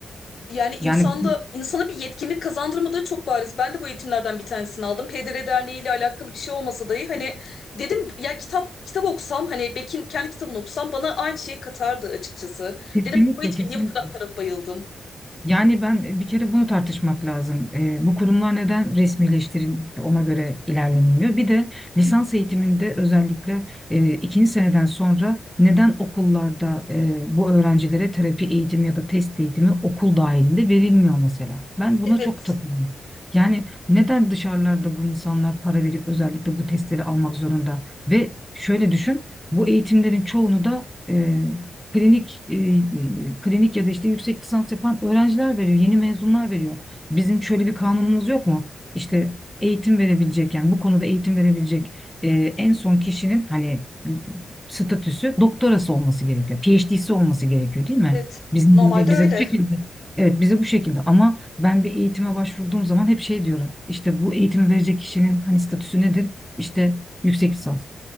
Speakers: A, on the left (about 60°); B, in the centre.
A: yani insanda
B: yani
A: insana bir yetkinlik kazandırmadığı çok bariz. Ben de bu eğitimlerden bir tanesini aldım. PDR Derneği ile alakalı bir şey olmasa dahi hani dedim ya kitap kitap okusam hani Beck'in kendi kitabını okusam bana aynı şeyi katardı açıkçası.
B: kesinlikle
A: Dedim bu eğitime
B: kesinlikle
A: niye bu kadar para bayıldım?
B: Yani ben e, bir kere bunu tartışmak lazım. Ee, bu kurumlar neden resmileştirilip ona göre ilerlenmiyor? Bir de lisans eğitiminde özellikle e, ikinci seneden sonra neden okullarda e, bu öğrencilere terapi eğitimi ya da test eğitimi okul dahilinde verilmiyor mesela? Ben
A: Evet.
B: buna çok takılıyorum. Yani neden dışarılarda bu insanlar para verip özellikle bu testleri almak zorunda? Ve şöyle düşün, bu eğitimlerin çoğunu da e, klinik e, klinik ya da işte yüksek lisans yapan öğrenciler veriyor, yeni mezunlar veriyor. Bizim şöyle bir kanunumuz yok mu? İşte eğitim verebilecek yani bu konuda eğitim verebilecek e, en son kişinin hani e, statüsü doktorası olması gerekiyor. PhD'si olması gerekiyor değil mi?
A: Evet.
B: Bizim
A: Normalde
B: gibi bize
A: öyle.
B: bu şekilde. Evet bize bu şekilde ama ben bir eğitime başvurduğum zaman hep şey diyorum. İşte bu eğitimi verecek kişinin hani statüsü nedir? İşte yüksek lisans.